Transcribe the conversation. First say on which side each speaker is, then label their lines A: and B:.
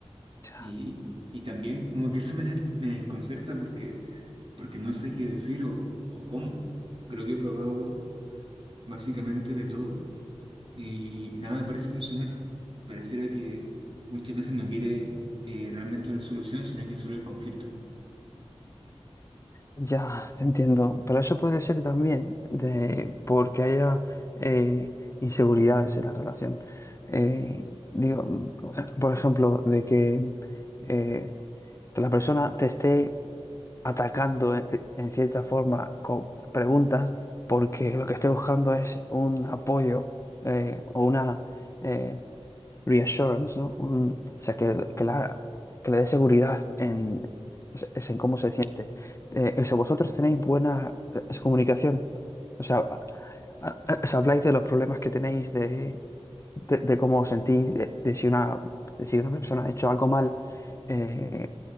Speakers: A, on the left (about 30°); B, on the right (about 55°).
A: ya,
B: Y, y también como que <laughs> eso me, me desconcerta porque, porque no sé qué decir o, o cómo. Creo que he probado básicamente de todo y nada parece funcionar. Pareciera que muchas veces no quiere eh, realmente una solución, sino que solo el conflicto.
A: ya, te entiendo. Pero eso puede ser también de porque haya eh, inseguridades en la relación. Eh, digo, mm, por ejemplo, de que, eh, que la persona te esté atacando en, en cierta forma con preguntas, porque lo que estoy buscando es un apoyo eh, o una, eh, reassurance, ¿no? Un- o sea, que, que la, que le dé seguridad en, es- en cómo se siente. Eh, o sea, vosotros tenéis buena eh, comunicación. O sea, a- a- a- os habláis de los problemas que tenéis, de, de, de cómo os sentís, de, de si una, de si una persona ha hecho algo mal, eh,